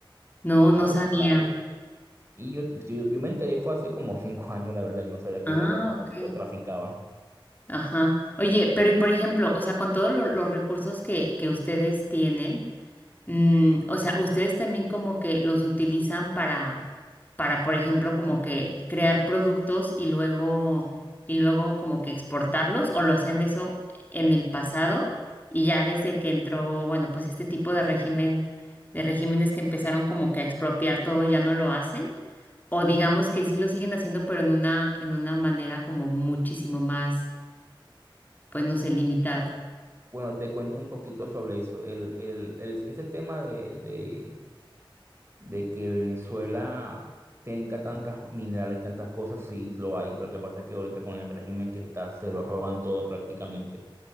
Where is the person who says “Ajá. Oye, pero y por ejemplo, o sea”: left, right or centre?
Left